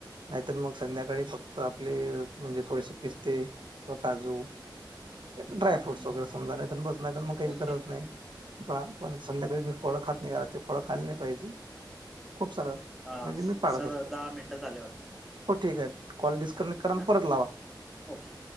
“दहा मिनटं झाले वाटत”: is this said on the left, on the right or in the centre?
Centre